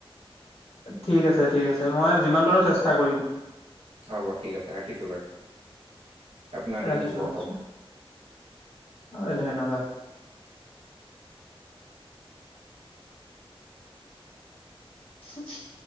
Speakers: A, on the left; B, on the right.
A: ঠিক আছে, ঠিক আছে মই যিমান পাৰো চেষ্টা কৰিম
B: হ'ব ঠিক আছে ৰাখিছোঁ বাৰু, আপোনাৰ
A: ৰাখিছো
B: দিন শুভ
A: ৰাখিছো
B: হওঁক।
A: হয় ধন্যবাদ। <inaudible>